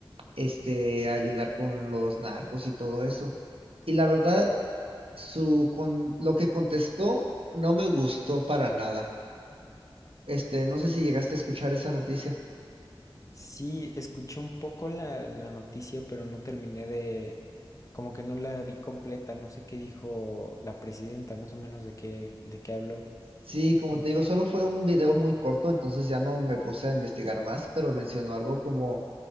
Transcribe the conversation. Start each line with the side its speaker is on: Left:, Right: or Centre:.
Right: este, ayudar con los narcos y todo eso. Y la verdad, su, con, lo que contestó no me gustó para nada. Este, no sé si llegaste a escuchar esa noticia.
Left: Sí, escuché un poco la, la noticia, pero no terminé de, como que no la vi completa, no sé qué dijo la presidenta, más o menos de qué, de qué habló.
Right: Sí, como te digo, solo fue un video muy corto, entonces ya no me puse a investigar más, pero mencionó algo como